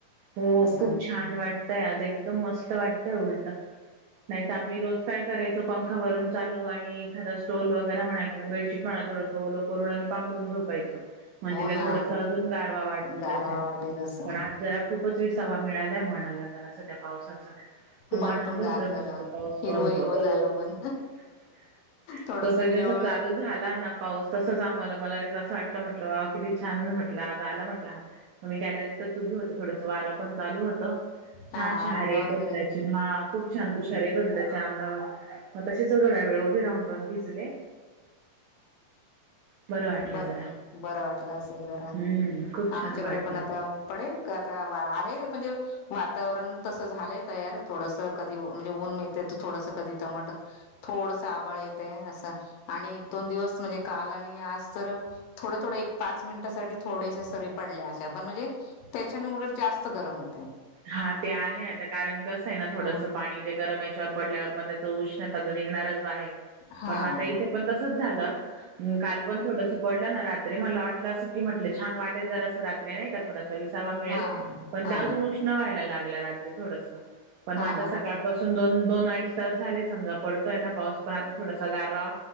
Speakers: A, on the right; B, on the left.
A: हो
B: असं
A: खूप छान वाटतय आज एकदम मस्त वाटतंय उलट - नाही तर आम्ही रोज काय करायचो पंख - एकावरून चालू आणि एखादा स्टोल वगैर म्हणा किंवा बेडशीट म्हणा थोडंसं ओलं करून आणि पांगरून झोपायचं. म्हणजे
B: हो
A: ते
B: ना
A: थोडस अजून गारवा वाटतो
B: गारवा
A: त्याच्या
B: वाटेल असं
A: पण आज जरा खूप - पाच विसावा मिळालाय म्हणाला जरा सध्या पावसाचा - खूप
B: मन
A: आनंद
B: पण
A: होतोय
B: गार झालं
A: मला तर पाऊस
B: हिरवं
A: -पाऊस
B: हिरवं
A: बघून
B: झालं
A: -
B: मन थोडस
A: तो तर
B: हिरवळ
A: जस चालू झाला ना पाऊस तसच आम्हाला मला - अस वाटलं म्हटलं किती छान म्हटलं आज आला म्हटलं मी गॅलरीतच च उभी होते थोड - वारं पण ल होत छान
B: हा
A: शहार
B: अंगावर
A: येत होती
B: जरा
A: त्याचे हा खूप छान तुषार येत होते त्याच्या अंगावर मग तशीच थोड्या वेळ उभी राहून राहून भिजले बरं वाटलं
B: बर
A: जरा
B: बरं वाटलं असेल जरा
A: हम्म खूप
B: आमच्याकडे
A: छान वाटलं
B: पण आता पडेल आता आहे म्हणजे वातावरण तसं झालंय तयार थोडस कधी म्हणजे ऊन मिळ थोडस कधमट थोड आळ अस आणि एक दोन दिवस म्हणजे काल आणि आज तर थोड थोड पाच मिनिटासाठी थो सरी पडल्याश पण म्हणजे त्याच्याने उलट जास्त गरम होत
A: हा ते आहे आता कारण कस आहे ना थोडस
B: हा
A: पाणी ते गरम याच्यावर पडल्यावर मग उष्णता निघणारच
B: हा
A: पण आता इथे पण तसच झालं काल पण थोड पडलं ना रात्री मला वाटलं असं की म्हटलं छान वाटेल जरा असं रात्री नाही का थड विसावा मिळेल
B: हा
A: पण
B: हा
A: त्या अजून उष्ण व्हायला लागलं रात्री थोड पणग
B: हा
A: आता
B: ना
A: सकाळ पाून दोन दोन अडी तास झाले समजा पडतोय ना पाऊस पण आता थोडासा गारवा